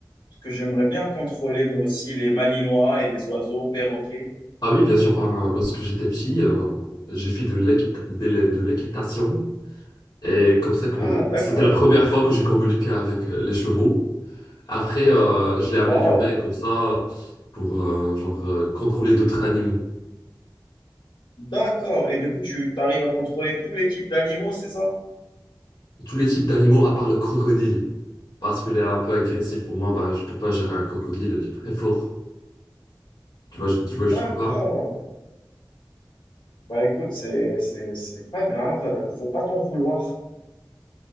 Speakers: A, on the left (about 75°); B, on the left (about 60°).
A: Parce que j'aimerais bien contrôler moi aussi les malinois et les oiseaux, perroquets.
B: Ah oui, bien sûr, ben, lorsque j'étais petit, euh, j'ai fait de l'équita- de l'é- de l'équitation. Et comme ça que
A: Ah d'accord.
B: c'était la première fois que j'ai communiqué avec euh, les chevaux. Après, euh, je l'ai amélioré
A: Waouh.
B: comme ça pour euh, genre, euh, contrôler d'autres animaux.
A: D'accord. Et du coup, tu arrives à contrôler tous les types d'animaux, c'est ça?
B: Tous les types d'animaux à part le crocodile. Parce qu'il est un peu agressif pour moi, bah, je peux pas gérer un crocodile très fort. Tu vois, tu vois
A: D'accord.
B: jusqu'où pas.
A: Bah écoute, c'est c'est c'est pas grave, euh, faut pas t'en vouloir.